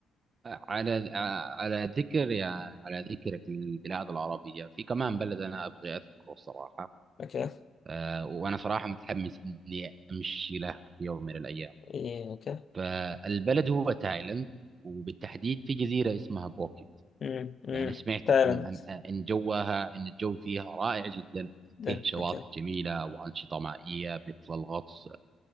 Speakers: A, on the right; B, on the left.
A: على على ذكر يعني على ذكرك للبلاد العربية في كمان بلد أنا أبغي أذكره الصراحة
B: أوكي
A: آه، وأنا صراحة متحمس إني أمشي له في يوم من الأيام
B: إيه أوكي
A: فالبلد هو تايلاند وبالتحديد في جزيرة اسمها بوكيت
B: أمم أمم
A: يعني سمعت
B: تايلاند
A: عن عن آه، إن جوها إن الجو فيها رائع جدا
B: ده.
A: فيها شواطئ
B: أوكي
A: جميلة وأنشطة مائية مثل الغطس